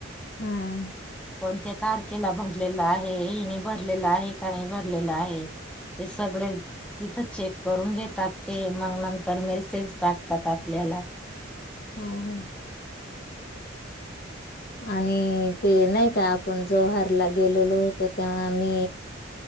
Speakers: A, on the left; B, in the centre.
A: हा
B: कोणत्या तारखेला भरलेलं आहे? हिने भरलेलं आहे का नाही भरलेलं आहे, ते सगळे तिथं चेक करून घेतात ते मग नंतर मेसेज पाठतात आपल्याला
A: हम्म. आणि ते नाही का आपण जव्हारला गेलेलो होतो तेव्हा मी